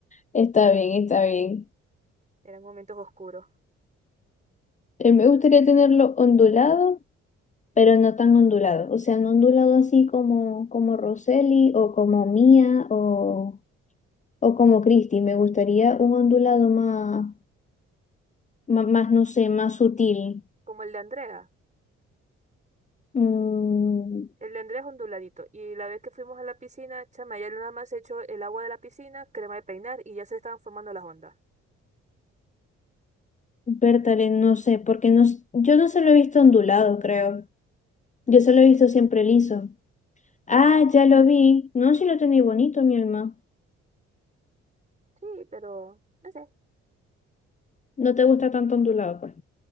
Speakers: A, on the left; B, on the right.
A: Está bien, está bien.
B: Eran momentos oscuros.
A: Eh, me gustaría tenerlo ondulado, pero no tan ondulado. O sea, no ondulado así como, como Roseli o como Mía o, o como Christy. Me gustaría un ondulado más. ma- más, no sé, más sutil.
B: Como el de Andrea.
A: Mm,
B: El de Andrés onduladito. Y la vez que fuimos a la piscina, chama, ya nada más se echó el agua de la piscina, crema de peinar y ya se estaban formando las ondas.
A: Bertale, no sé, porque no, s- yo no se lo he visto ondulado, creo. Yo se lo he visto siempre liso. Ah,
B: No,
A: ya lo vi. No, si lo tenéis bonito, mi alma.
B: sí, pero no sé.
A: No te gusta tanto ondulado, pues.